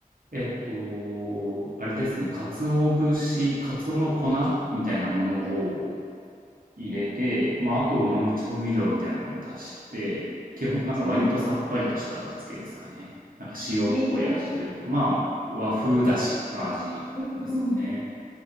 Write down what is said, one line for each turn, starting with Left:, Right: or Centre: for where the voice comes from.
Right: えっと、あれですね。鰹節、鰹の粉みたいなものを
Left: うん、
Right: 入れて、まあ、あと旨味調味料みたいなのも足して、基本、なんか割とさっぱりとした味付けですかね。
Left: うん。
Right: なんか塩っぽい味というか、
Left: えー、
Right: まあ、和風だしの味ですかね。
Left: うん、うん。